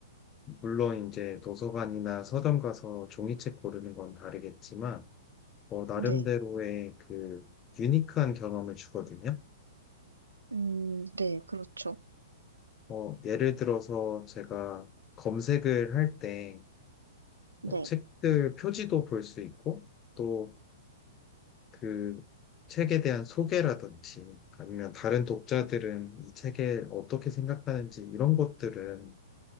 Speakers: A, on the left; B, on the right.
A: 물론 이제 도서관이나 서점 가서 종이책 고르는 건 다르겠지만, 어, 나름대로의
B: 네,
A: 그 유니크한 경험을 주거든요.
B: 음, 네, 그렇죠.
A: 어, 예를 들어서 제가 검색을 할때
B: 네,
A: 어, 책들 표지도 볼 수 있고, 또 그 책에 대한 소개라든지, 아니면 다른 독자들은 이 책에 어떻게 생각하는지 이런 것들은